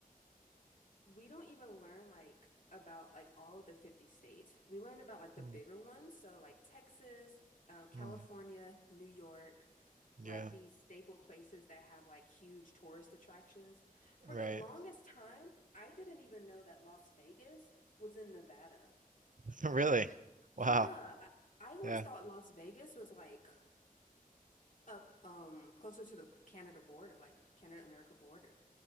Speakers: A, on the left (about 60°); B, on the right (about 60°).
A: we don't even learn like about like all of the 50 states. We learned about like the
B: mm,
A: bigger ones, so like Texas, uh, California,
B: mm.
A: New York,
B: Yeah.
A: like these staple places that have like huge tourist attractions. For
B: Right.
A: the longest time, I didn't even know that Las Vegas was in Nevada.
B: <laughs> Really?
A: Yeah,
B: Wow.
A: I, I always
B: Yeah.
A: thought Las Vegas was like up um closer to the Canada border, like Canada America border.